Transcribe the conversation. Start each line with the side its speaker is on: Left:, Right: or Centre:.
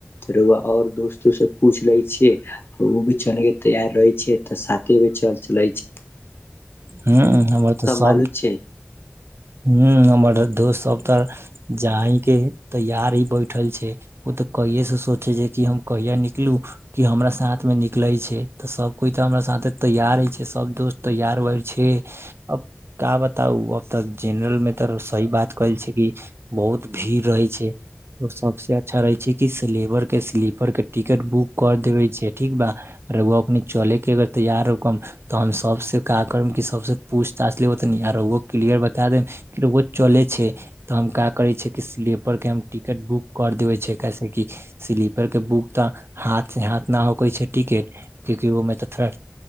Left: रउवा और दोस्तो से पूछ लै ते ओ चले के तैयार रहै छैै तऽ साथे भ चल चलै छै।
Right: ह्म्म, हमर तऽ सभ
Left: मालूम छै
Right: ह्म्म, हमर दोस्त सब तऽ जा ह के तैयार ही बैठल छै, ओ तऽ कहिे से सोचे छै कि हम कहिा निकलू कि हमरा साथ मे निकले छै तऽ सब कोइ तऽ हमरा साथ तैयार ही छै, सब दोस्त तैयार छै, अब क बताउ अब तऽ जेनरल मे तऽ सही बात कहल छै कि बहुत भीड़ रहै छै, आओर सबसँ अच्छा रहै छै कि स्र के स्लीपर के टिकट बुक कर देबे छै ठीक बा, रउवा ओकनी चले के अगर तैयार हो तऽ हम सबस का करब कि सबसँ पूछताछ लेबनी आऊ रउवो क्लियर बता देब ओ चलै छै, तऽ हम क्य करै छियै कि स्लीपर के हम टिकट बुक करि देबै छै, कैसेेक कि स्लीपरके बुक तऽ हाथ सँ हाथ नहि होकै छै टिकट, क्यकि ओहिमे तऽ थोड़ा